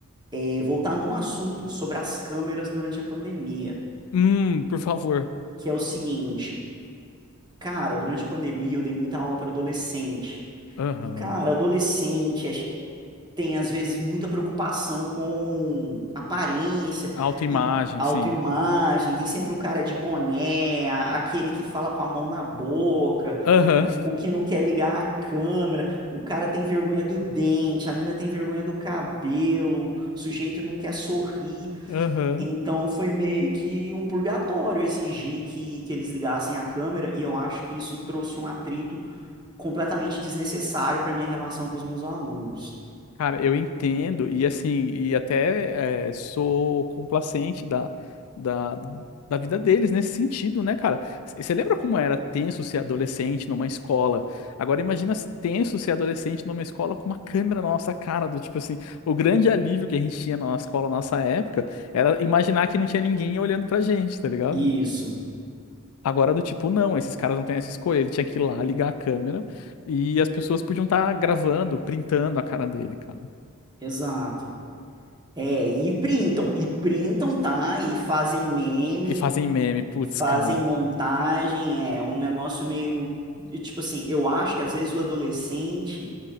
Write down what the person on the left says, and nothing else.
Hum, por favor.
Aham.
Autoimagem,
sim.
Aham,
aham.
Cara, eu entendo, e assim, e até eh, sou complacente da, da, da vida deles nesse sentido, né, cara? Você lembra como era tenso ser adolescente numa escola? Agora imagina se tenso ser adolescente numa escola com uma câmera na nossa cara, do tipo assim, o grande alívio que a gente tinha na nossa escola, na nossa época, era imaginar que não tinha ninguém olhando pra gente, tá ligado?
Agora do tipo, não, esses caras não têm essa escolha, ele tinha que ir lá ligar a câmera e as pessoas podiam estar gravando, printando a cara dele, cara.
E fazem meme, putz,
cara.